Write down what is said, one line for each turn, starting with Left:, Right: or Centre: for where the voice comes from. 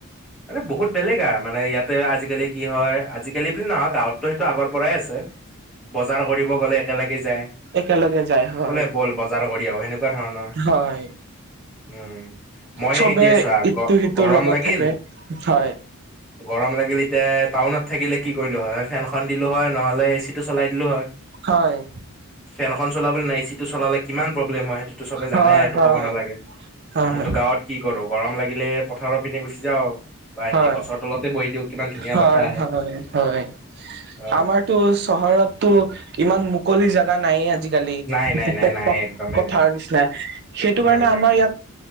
Centre: মানে বহুত বেলেগ আৰু মানে ইয়াতে আজিকালি কি হয় আজিকালি বুলি নহয় গাঁৱততো সেইটো আগৰ পৰাই আছে। বজাৰ কৰিব গ'লে একেলগে যাই
Right: একেলগে যায় হয়
Centre: বোলে ব'ল বজাৰ কৰিও সেনেকুৱা ধৰণৰ।
Right: হয়
Centre: উম ময়ে
Right: চবে
Centre: এতিয় চোৱা
Right: ইটো
Centre: গ
Right: সিটোৰ
Centre: গৰম
Right: লগত
Centre: লাগিল।
Right: থাকে হয়
Centre: গৰম লাগিল এতিয়া টাউনত থাকিলে কি কৰিলোঁ হয় ফেনখন দিলোঁ হয় নহ'লে এ চি টো চলাই দিলোঁ হয়।
Right: হয়।
Centre: ফেনখন চলাবলৈ নাই এ চি চলালে কিমান প্ৰব্লেম হয় সেইটো‌ টো চবে জানাই
Right: হয়
Centre: সেটো
Right: হয়
Centre: ক'ব নালাগে।
Right: হয়
Centre: কিন্তু গাঁৱত কি কৰো গৰম লাগিলে পথাৰৰ পিনে গুচি যাওঁ। ত
Right: হয়
Centre: হেৰি গছৰ তলতে বৈ দি উ কিমান ধুনীয়া
Right: হয়
Centre: বতাহ আহে
Right: হয় হয়
Centre: অ
Right: আমাৰতো চহৰতটো ইমান মুকলি জাগা ন আজিকালি <inaudible>
Centre: নাই নাই নাই নাই একদমেই নাই।
Right: নি সেইটো
Centre: উম
Right: কাৰ আমাৰ ই